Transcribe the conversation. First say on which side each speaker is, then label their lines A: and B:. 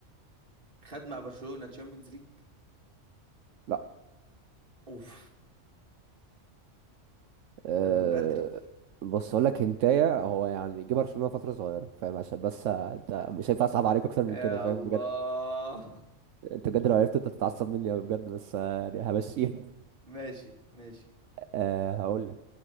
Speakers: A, on the right; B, on the right.
A: خد مع برشلونة تشامبيونز ليج
B: لا
A: اوف
B: أه...
A: ده من بدري
B: بص اقول لك هنتايه هو يعني جه برشلونة فترة صغيرة فاهم عشان بس انت مش هينفع اصعب عليك اكتر من
A: يا
B: كده فاهم
A: الله
B: انت بجد لو عرفت انت تتعصب مني قوي بجد بس آه، يعني همشيها
A: <laughs> ماشي ماشي
B: أه هقول لك